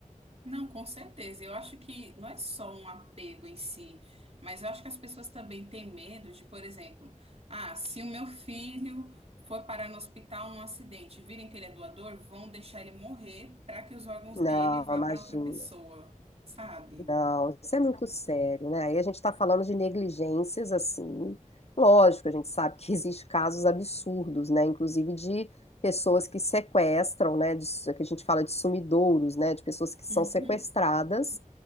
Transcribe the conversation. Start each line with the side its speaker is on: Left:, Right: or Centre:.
Right: Não, com certeza. Eu acho que não é só um apego em si, mas eu acho que as pessoas também têm medo de, por exemplo, ah, se o meu filho for parar no hospital num acidente, virem que ele é doador, vão deixar ele morrer para que os órgãos
Left: não,
Right: dele vá
Left: imagina.
Right: para outra pessoa, sabe?
Left: Não, isso é muito sério, né? Aí a gente está falando de negligências assim. Lógico, a gente sabe que <laughs> existe casos absurdos, né? Inclusive de pessoas que sequestram, né? De, que a gente fala de sumidouros, né? De pessoas que são
Right: Uhum,
Left: sequestradas